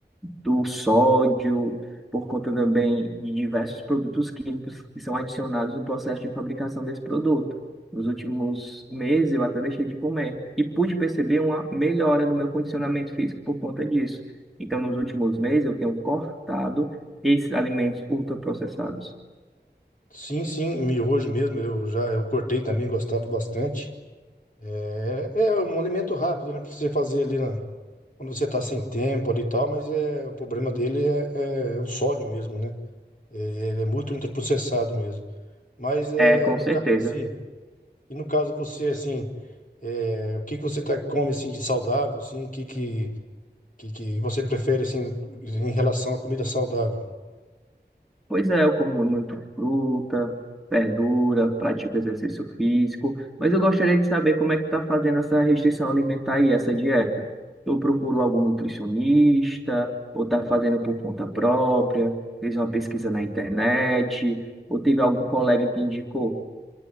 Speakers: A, in the centre; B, on the left.
A: do sódio, por conta também de diversos produtos químicos que são adicionados no processo de fabricação desse produto. Nos últimos meses eu até deixei de comer e pude perceber uma melhora no meu condicionamento físico por conta disso. Então, nos últimos meses eu tenho cortado esses alimentos ultraprocessados.
B: sim, sim, miojo mesmo, eu já eu cortei também, gostava bastante. É, é um alimento rápido, né? Pra você fazer ali na- quando você tá sem tempo ali e tal, mas é, o problema dele é, é o sódio mesmo, né? É, ele é muito ultraprocessado mesmo. Mas é,
A: É, com
B: no
A: certeza.
B: caso, assim, e no caso você, assim, é, o que que você tá, come, assim, de saudável, assim, o que que, que que você prefere, assim, em relação à comida saudável?
A: Pois é, eu como muito fruta, verdura, pratico exercício físico, mas eu gostaria de saber como é que tá fazendo essa restrição alimentar e essa dieta. Eu procuro algum nutricionista, ou tá fazendo por conta própria, fez uma pesquisa na internet, ou teve algum colega que indicou,